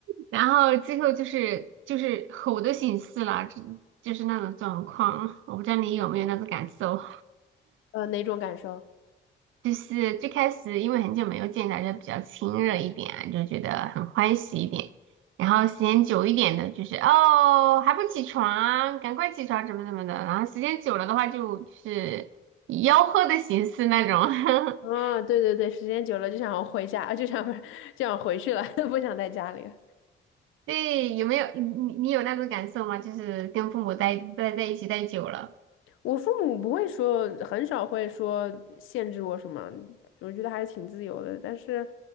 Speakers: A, on the right; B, on the left.
A: 然后最后就是就是吼的形式了，就就是那种状况，我不知道你有没有那种感受，
B: 呃哪种感受？
A: 就是最开始因为很久没有见，大家比较亲热一点啊，就觉得很欢喜一点，然后时间久一点的，就是哦还不起床，赶快起床，怎么怎么的，然后时间久了的话就就是吆喝的形式那种，
B: 啊，
A: <laughs>
B: 对对对，时间久了就想回家，啊就想 <laughs> 不就想回去了，<laughs> 不想在家里了
A: 对，有没有你你你有那种感受吗？就是跟父母待待在一起待久了
B: 我父母不会说，很少会说限制我什么，我觉得还是挺自由的。但是